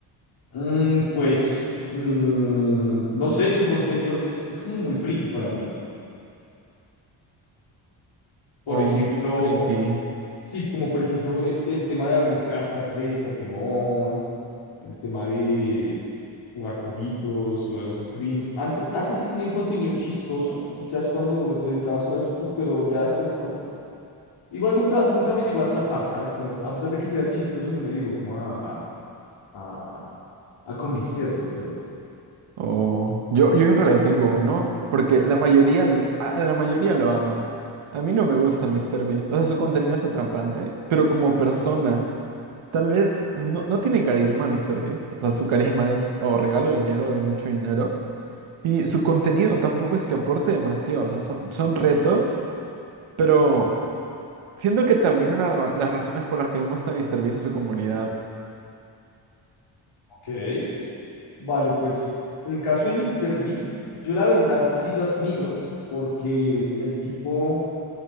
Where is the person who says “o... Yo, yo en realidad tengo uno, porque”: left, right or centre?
Right